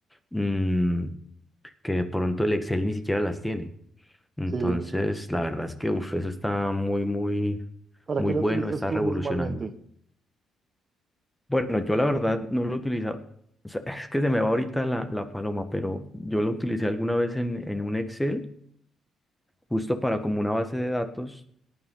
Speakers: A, in the centre; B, on the right (about 40°).
A: mm, que de pronto el Excel ni siquiera las tiene. Entonces,
B: Sí.
A: la verdad es que uf, eso está muy, muy,
B: ¿Para
A: muy
B: qué lo
A: bueno,
B: utilizas
A: está
B: tú
A: revolucionando.
B: normalmente?
A: Bueno, yo la verdad no lo he utilizado. O sea, <laughs> es que se me va ahorita la, la paloma, pero yo lo utilicé alguna vez en, en un Excel, justo para como una base de datos.